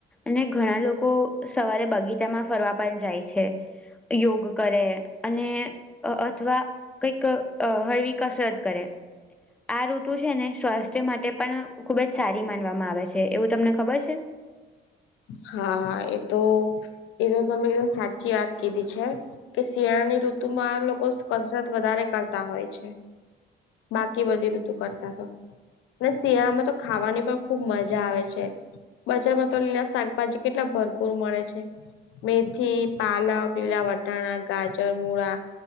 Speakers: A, in the centre; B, on the left (about 85°).
A: અને ઘણા લોકો સવારે બગીચામાં ફરવા પણ જાય છે. યોગ કરે અને અથવા કંઈક હળવી કસરત કરે, આ ઋતુ છે ને સ્વાસ્થ્ય માટે પણ ખુબ જ સારી માનવામાં આવે છે એવું તમને ખબર છે.
B: હા એ તો એ તો તમે એકદમ સાચી વાત કીધી છે. તો શિયાળાની ઋતુમાં લોકો કસરત વધારે કરતા હોય છે બાકી બધી ઋતુ કરતા તો. અને શિયાળામાં તો ખાવાની પણ ખુબ મજા આવે છે. બજારમાં તો લીલા શાકભાજી કેટલા ભરપૂર મળે છે. મેથી, પાલક, લીલા વટાણા, ગાજર, મૂળા